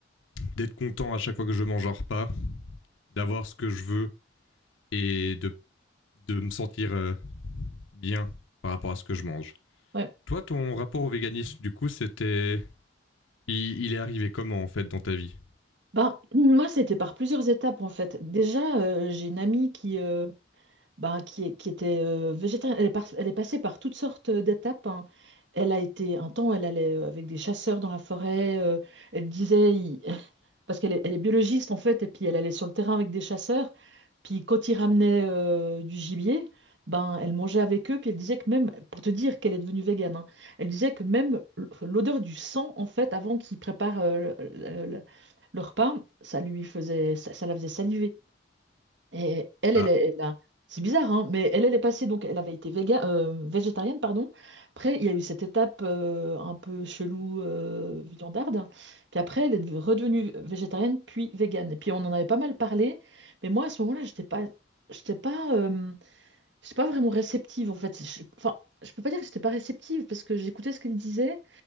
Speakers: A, on the left; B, on the right.
A: d'être content à chaque fois que je mange un repas, d'avoir ce que je veux et de, de me sentir euh, bien par rapport à ce que je mange.
B: ouais.
A: Toi, ton rapport au véganisme, du coup, c'était. Il, il est arrivé comment, en fait, dans ta vie
B: Ben, <clears throat> moi, c'était par plusieurs étapes en fait. Déjà, euh, j'ai une amie qui, euh, ben, qui, est- qui était euh, végétarienne. Elle est, par- elle est passée par toutes sortes euh, d'étapes. hein. Elle a été un temps, elle allait euh, avec des chasseurs dans la forêt. euh, elle disait, parce qu'elle est, elle est biologiste en fait, et puis elle allait sur le terrain avec des chasseurs, puis quand ils ramenaient euh, du gibier, ben elle mangeait avec eux, puis elle disait que même, pour te dire qu'elle est devenue végane, hein, elle disait que même l- l'odeur du sang en fait, avant qu'ils préparent euh, le, le- le- le repas, ça lui faisait, ça, ça la faisait saliver. Et elle,
A: Ah.
B: elle, est- elle a- c'est bizarre, hein, mais elle, elle est passée, donc elle avait été véga- euh, végétarienne, pardon. Après, il y a eu cette étape euh, un peu chelou, euh, viandarde. Puis après, elle est redevenue végétarienne, puis végane. Et puis on en avait pas mal parlé, mais moi, à ce moment-là, j'étais pas, j'étais pas, euh, j'étais pas vraiment réceptive, en fait. Je- enfin, je peux pas dire que j'étais pas réceptive, parce que j'écoutais ce qu'elle disait.